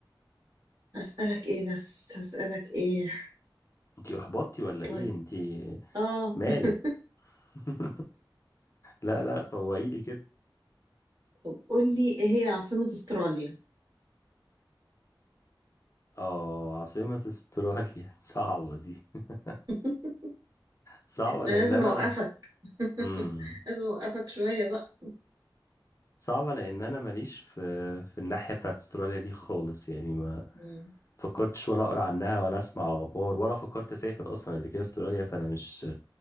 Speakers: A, on the right; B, on the left.
A: هسألك ايه بس هسألك ايه
B: انتي احبطتي ولا
A: طيب
B: ايه انتي
A: اه
B: مالك
A: <laughs>
B: <laughs> لا لا فوقيلي كده
A: طب قول لي ايه هي عاصمة استراليا
B: اه عاصمة استراليا <laughs> صعبة دي <laughs>
A: <laughs>
B: صعبة
A: ما
B: لان
A: لازم
B: انا
A: اوقفك <laughs>
B: امم
A: لازم اوقفك شوية بقى
B: صعبة لان انا ماليش في في الناحية بتاعت استراليا دي خالص يعني ما
A: مم.
B: فكرتش ولا اقرا عنها ولا اسمع اخبار ولا فكرت اسافر اصلا قبل كده استراليا فانا مش